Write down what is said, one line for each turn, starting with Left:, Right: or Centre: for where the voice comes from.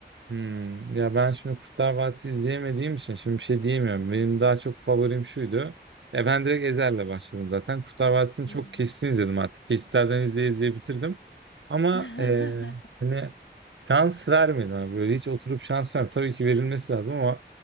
Right: Hmm, ya ben şimdi Kurtlar Vadisi izleyemediğim için şimdi bir şey diyemiyorum. Benim daha çok favorim şuydu. Ya ben direkt Ezhel'le başladım zaten. Kurtlar Vadisi'ni
Left: Hı
Right: çok
Left: hı.
Right: kesitini izledim artık. Kesitlerden izleye izleye bitirdim. Ama
Left: <laughs>
Right: eee, hani şans vermedim. abi. Böyle hiç oturup şans vermedim. Tabii ki verilmesi lazım ama